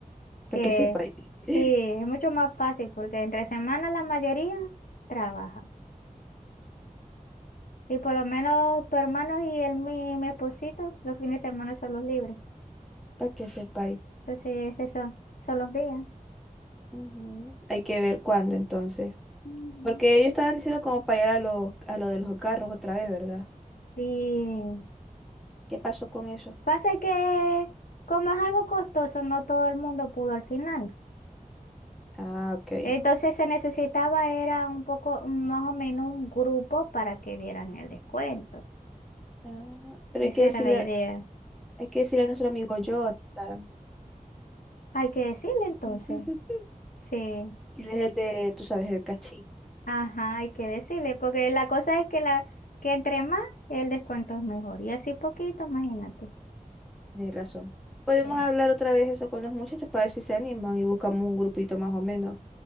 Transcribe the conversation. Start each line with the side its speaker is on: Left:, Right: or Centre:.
Left: Que
Centre: Para que sepáis.
Left: sí,
Centre: <laughs>
Left: es mucho más fácil porque entre semana la mayoría trabaja. Y por lo menos tu hermano y el, mi, mi esposito, los fines de semana son los libres.
Centre: Para que sepáis.
Left: Entonces, esos son, son los días.
Centre: Ujú. Hay que ver cuándo entonces.
Left: Mm.
Centre: Porque ellos estaban diciendo como para ir a los, a lo de los carros otra vez, ¿verdad?
Left: Y
Centre: ¿Qué pasó con eso?
Left: pasa que como es algo costoso, no todo el mundo pudo al final.
Centre: Ah, ok.
Left: Entonces se necesitaba, era un poco, más o menos un grupo para que vieran el descuento.
Centre: Ah, pero
Left: Esa
Centre: hay que decirle,
Left: era la idea.
Centre: hay que decirle a nuestro amigo Jonathan.
Left: Hay que decirle entonces.
Centre: <laughs>
Left: Sí,
Centre: Él es el de, tú sabes, el cachín.
Left: ajá, hay que decirle, porque la cosa es que la, que entre más, el descuento es mejor. Y así poquito, imagínate.
Centre: Ni razón. Podemos
Left: Eh,
Centre: hablar otra vez eso con los muchachos para ver si se animan y buscamos un grupito más o menos.